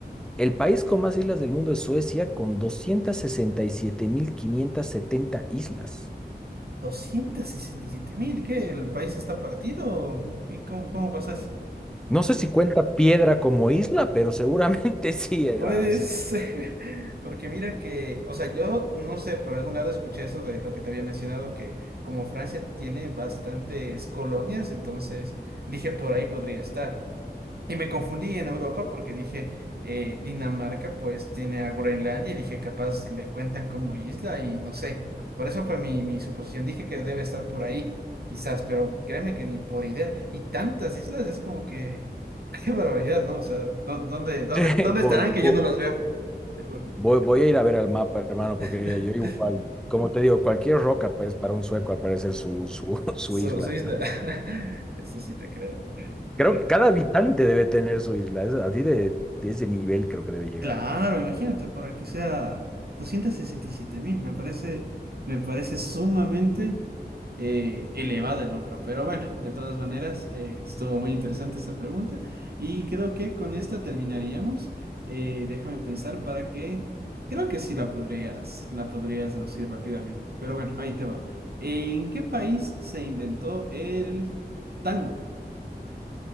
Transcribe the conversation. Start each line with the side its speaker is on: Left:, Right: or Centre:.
Centre: El país con más islas del mundo es Suecia, con 267.570 islas.
Right: doscientos sesenta y siete mil, ¿qué? ¿El país está partido? ¿Y cómo, cómo pasó eso?
Centre: No sé si cuenta Piedra como isla, pero seguramente <laughs> sí, hermano.
Right: Puede
Centre: Así
Right: ser,
Centre: que
Right: <laughs> porque mira que, o sea, yo no sé, por algún lado escuché eso de lo que te había mencionado, que como Francia tiene bastantes colonias, entonces dije por ahí podría estar. Y me confundí en Europa porque dije, eh, Dinamarca pues tiene a Groenlandia y dije, capaz le cuentan como isla y no sé. Por eso fue mi, mi suposición. Dije que debe estar por ahí, quizás, pero créeme que ni por idea. Y tantas islas es como que, <laughs> qué barbaridad, ¿no? O sea, ¿dó- ¿dónde, dónde,
Centre: <laughs>
Right: dónde
Centre: vo-
Right: estarán que
Centre: vo-
Right: yo no las veo? Te juro.
Centre: voy, voy a ir a ver al mapa, hermano,
Right: <laughs>
Centre: porque yo igual, como te digo, cualquier roca, pues para un sueco, al parecer, su, su, <laughs> su
Right: Su,
Centre: isla.
Right: su isla. <laughs> Eso sí te creo.
Centre: Creo
Right: Pero...
Centre: que cada habitante debe tener su isla. Es así de, de ese nivel creo que debe llegar.
Right: Claro, imagínate, para que sea doscientos sesenta y siete mil, me parece, me parece sumamente eh, elevado el número, pero bueno, de todas maneras, eh, estuvo muy interesante esta pregunta y creo que con esta terminaríamos. Eh, déjame pensar para que, creo que sí la podrías, la podrías deducir rápidamente, pero bueno, ahí te va. ¿En qué país se inventó el tango?